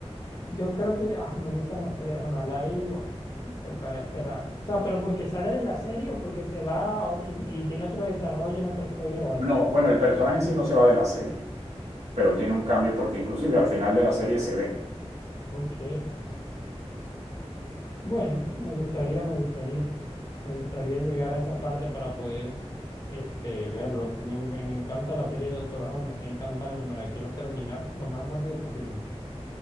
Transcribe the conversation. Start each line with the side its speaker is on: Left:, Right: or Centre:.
Left: yo creo que ah, me gustan los tres. Ojalá y bueno, tocará esperar. O sea, pero porque sale de la serie o porque se va a o- y, y tiene otro desarrollo en otra historia o
Right: No,
Left: algo.
Right: bueno, el personaje en sí no se va de la serie, pero tiene un cambio porque inclusive al final de la serie se ve.
Left: Ok. Bueno, me gustaría, me gustaría. Me gustaría llegar a esa parte para poder este, verlo. Me, me, me encanta la serie de Doctor House, me está encantando, me la quiero terminar lo más rápido posible.